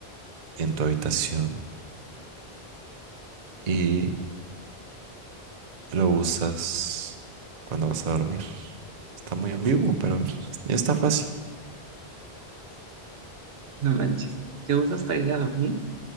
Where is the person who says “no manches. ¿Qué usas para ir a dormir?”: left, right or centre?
Right